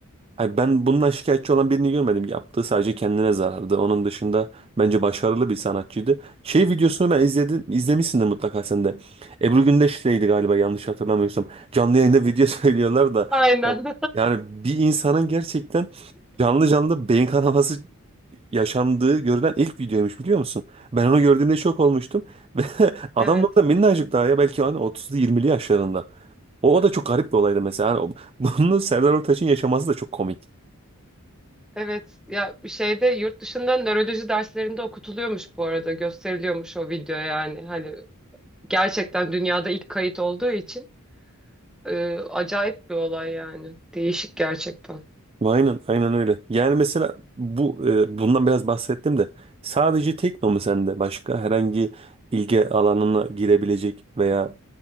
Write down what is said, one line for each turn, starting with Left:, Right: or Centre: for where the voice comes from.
Right: Ay ben bundan şikayetçi olan birini görmedim. Yaptığı sadece kendine zarardı. Onun dışında bence başarılı bir sanatçıydı. Şey videosunu ben izledim. İzlemişsindir mutlaka sen de. Ebru Gündeş'leydi galiba yanlış hatırlamıyorsam. Canlı yayında video <laughs> söylüyorlar da.
Centre: Aynen.
Right: Yani bir insanın gerçekten canlı canlı beyin kanaması yaşandığı görülen ilk videoymuş biliyor musun? Ben onu gördüğümde şok olmuştum. <laughs> Ve adam
Centre: <laughs> Evet.
Right: da orada minnacık daha ya belki hani 30'lu 20'li yaşlarında. O, o da çok garip bir olaydı mesela. Hani o- <laughs> bunu Serdar Ortaç'ın yaşaması da çok komik.
Centre: Evet. Ya bir şeyde yurt dışında nöroloji derslerinde okutuluyormuş bu arada. Gösteriliyormuş o video yani. Hani gerçekten dünyada ilk kayıt olduğu için e, acayip bir olay yani. Değişik gerçekten.
Right: Aynen, aynen öyle. Yani mesela bu e, bundan biraz bahsettim de sadece tekno mu sende? Başka herhangi ilgi alanına girebilecek veya